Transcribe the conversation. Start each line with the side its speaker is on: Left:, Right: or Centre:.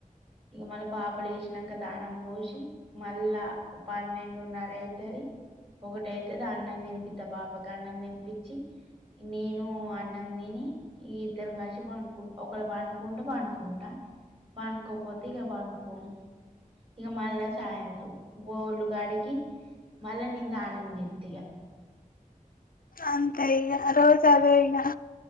Right: ఇగ మళ్ళ పాప లేచినంకా దానం పోసి మళ్ళా పన్నెండున్నర అయితది ఒకటైతది అన్నం తినిపిస్తత్త పాపకి అన్నం తినిపించి నేను అన్నం తిని ఇద్దరం కలిసి పండుకు ఒకళ పండుకుంటే పండుకుంటా పనుకోపోతే ఇగ పడుకోను ఇక మళ్ళా సాయంత్రం బొల్లుగడిగి మళ నిదానం జెత్తిగా
Left: అంతే ఇగ రోజు అదె ఇగ